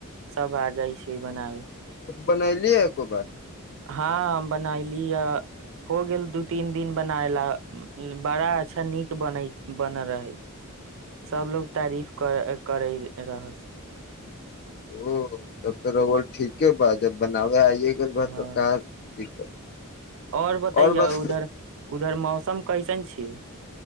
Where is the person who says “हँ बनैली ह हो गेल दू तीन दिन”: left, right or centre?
Right